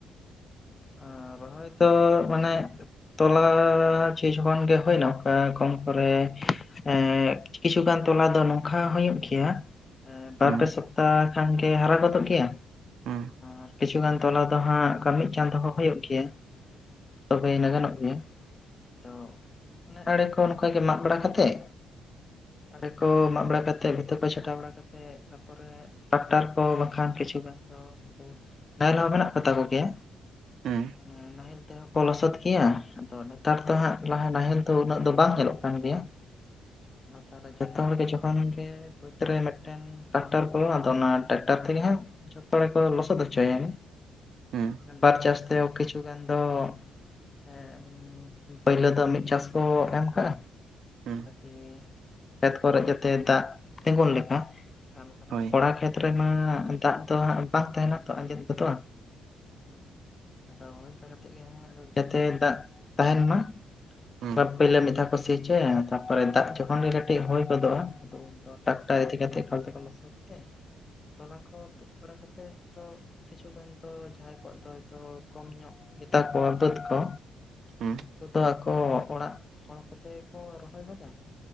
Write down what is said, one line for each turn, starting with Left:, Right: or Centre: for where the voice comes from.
Left: ᱚ ᱨᱚᱦᱚᱭᱛᱚ ᱢᱟᱱᱮ ᱛᱚᱞᱟ ᱡᱮ ᱡᱚᱠᱷᱚᱱ ᱜᱮ ᱦᱩᱭᱱᱟ ᱚᱝᱠᱟ ᱠᱚᱢ ᱠᱚᱨᱮ, ᱮᱸ ᱠᱤᱪᱷᱩᱜᱟᱱ ᱛᱚᱞᱟ ᱫᱚ ᱱᱚᱝᱠᱟ ᱦᱩᱭᱩᱜ ᱜᱮᱭᱟ ᱮᱸ ᱵᱟᱨ
Right: ᱦᱩᱸ
Left: ᱯᱮ ᱥᱚᱯᱛᱟ ᱠᱷᱟᱱ ᱜᱮ ᱦᱟᱨᱟ ᱜᱚᱫᱚᱜ ᱜᱮᱭᱟ
Right: ᱦᱩᱸ
Left: ᱟᱨ ᱠᱤᱪᱷᱩᱜᱟᱱ ᱛᱚᱞᱟ ᱫᱚ ᱦᱟᱸᱜ ᱠᱟᱹᱢᱤ ᱪᱟᱸᱫᱚ ᱦᱚᱸ ᱦᱩᱭᱩᱜ ᱜᱮᱭᱟ ᱛᱚᱵᱮᱱᱮᱜ ᱜᱟᱱᱚᱜ ᱜᱮᱭᱟ᱾ᱟᱫᱚ ᱚᱱᱮ ᱟᱲᱮ ᱠᱚ ᱱᱚᱝᱠᱟ ᱜᱮ ᱢᱟᱜᱽ ᱵᱟᱲᱟ ᱠᱟᱛᱮᱜ ᱟᱲᱮ ᱠᱚ ᱢᱟᱜᱽ ᱵᱟᱲᱟ ᱠᱟᱛᱮᱜ ᱵᱷᱤᱛᱟᱹ ᱠᱚ ᱪᱷᱟᱴᱟᱣ ᱵᱟᱲᱟ ᱠᱟᱛᱮᱜ ᱛᱟᱯᱚᱨᱮ ᱴᱟᱠᱴᱟᱨ ᱠᱚ ᱵᱟᱠᱷᱟᱱ ᱠᱤᱪᱷᱩ ᱜᱟᱱ ᱫᱚ ᱩᱱᱠᱩ ᱱᱟᱦᱮᱞ ᱦᱚᱸ ᱢᱮᱱᱟᱜ ᱠᱚᱛᱟ ᱠᱚ ᱜᱮᱭᱟ᱾
Right: ᱦᱩᱸ
Left: ᱦᱮᱸ ᱱᱟᱦᱮᱞ ᱛᱮᱦᱚᱸ ᱠᱚ ᱞᱚᱥᱚᱫ ᱜᱮᱭᱟ ᱟᱫᱚ ᱱᱮᱛᱟᱨ ᱫᱚ ᱦᱟᱸᱜ ᱞᱟᱦᱟ ᱱᱟᱦᱮᱞ ᱛᱚ ᱩᱱᱟᱹᱜ ᱫᱚ ᱵᱟᱝ ᱧᱮᱞᱚᱜ ᱠᱟᱱ ᱜᱮᱭᱟ ᱾ ᱟᱨ ᱛᱟᱦᱚᱞᱮ ᱡᱚᱛᱚ ᱦᱚᱲ ᱜᱮ ᱡᱚᱠᱷᱚᱱ ᱜᱮ ᱵᱟᱹᱫᱽ ᱨᱮ ᱢᱮᱜᱴᱮᱱ ᱴᱟᱠᱴᱟᱨ ᱠᱚ ᱟᱫᱚ ᱚᱱᱟ ᱴᱟᱠᱴᱟᱨ ᱛᱮᱜᱮ ᱦᱟᱸᱜ ᱡᱚᱛᱚ ᱦᱚᱲ ᱜᱮᱠᱚ ᱞᱚᱥᱚᱫ ᱦᱚᱪᱚᱭᱟ᱾
Right: ᱦᱩᱸ
Left: ᱵᱟᱨ ᱪᱟᱥᱛᱮ ᱠᱤᱪᱷᱩ ᱜᱟᱱ ᱫᱚ ᱦᱮᱸ ᱩᱸ ᱯᱟᱹᱭᱞᱟᱹ ᱫᱚ ᱢᱤᱫ ᱪᱟᱥ ᱠᱚ ᱮᱢ ᱠᱟᱜ-ᱟ᱾
Right: ᱦᱩᱸ,
Left: ᱮ ᱠᱷᱮᱛ ᱠᱚᱨᱮ ᱡᱟᱛᱮ ᱫᱟᱜᱽ ᱛᱤᱸᱜᱩᱱ ᱞᱮᱠᱟ ᱟᱵᱚ
Right: ᱦᱳᱭ᱾
Left: ᱚᱲᱟᱜ ᱠᱷᱮᱛ ᱨᱮᱢᱟ ᱫᱟᱜᱽ ᱛᱚ ᱦᱟᱸᱜ ᱵᱟᱝ ᱛᱟᱦᱮᱸᱱᱟ ᱛᱚ ᱟᱸᱡᱮᱫ ᱜᱚᱫᱚᱜ-ᱟ᱾ ᱨᱚᱦᱚᱭ ᱚᱝᱠᱟ ᱠᱟᱛᱮᱜ ᱜᱮ ᱦᱟᱸᱜ ᱟᱫᱚ ᱡᱟᱛᱮ ᱫᱟᱜᱽ ᱛᱟᱦᱮᱸᱱ ᱢᱟ᱾
Right: ᱦᱩᱸ
Left: ᱵᱟᱨ ᱯᱟᱹᱭᱞᱟᱹ ᱢᱤᱫ ᱫᱷᱟᱣ ᱠᱚ ᱥᱤ ᱪᱚᱭᱟ ᱛᱟᱯᱚᱨᱮ ᱫᱟᱜᱽ ᱡᱚᱠᱷᱚᱱ ᱜᱮ ᱠᱟᱹᱴᱤᱜ ᱦᱳᱭ ᱜᱚᱫᱚᱜ-ᱟ ᱟᱫᱚ ᱟᱫᱚ ᱴᱟᱠᱴᱟᱨ ᱤᱫᱤᱠᱟᱛᱮ ᱮᱠᱟᱞ ᱛᱮᱠᱚ ᱞᱚᱥᱚᱫ ᱛᱮ ᱛᱚᱞᱟ ᱠᱚ ᱛᱩᱫ ᱵᱟᱲᱟ ᱠᱟᱛᱮᱜ ᱫᱚ ᱠᱤᱪᱷᱩ ᱜᱟᱱ ᱫᱚ ᱡᱟᱦᱟᱸᱭ ᱠᱚᱣᱟᱜ ᱟᱫᱚ ᱦᱚᱭᱛᱚ ᱠᱚᱢ ᱧᱚᱜ ᱜᱮᱛᱟ ᱠᱚᱣᱟ ᱵᱟᱹᱫᱽ ᱠᱚ᱾
Right: ᱦᱩᱸ,
Left: ᱩᱱᱠᱩ ᱫᱚ ᱟᱠᱚ ᱚᱲᱟᱜ ᱦᱚᱲ ᱠᱚᱛᱮ ᱜᱮ ᱠᱚ ᱨᱚᱦᱚᱭ ᱜᱚᱫᱟ